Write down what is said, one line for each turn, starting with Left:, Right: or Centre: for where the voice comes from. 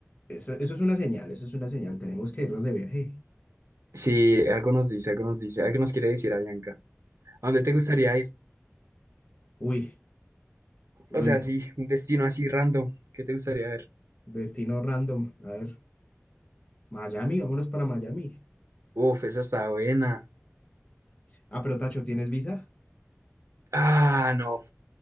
Left: eso, eso es una señal, eso es una señal, tenemos que irnos de viaje.
Right: Sí, algo nos dice, algo nos dice, algo nos quiere decir Avianca. ¿A dónde te gustaría ir?
Left: Uy, uy,
Right: O sea,
Left: me-
Right: sí, un destino así random, ¿qué te gustaría ver?
Left: destino random. A ver, Miami, vámonos para Miami.
Right: Uf, esa está buena.
Left: Ah, pero Tacho, ¿tienes visa?
Right: Ah, no,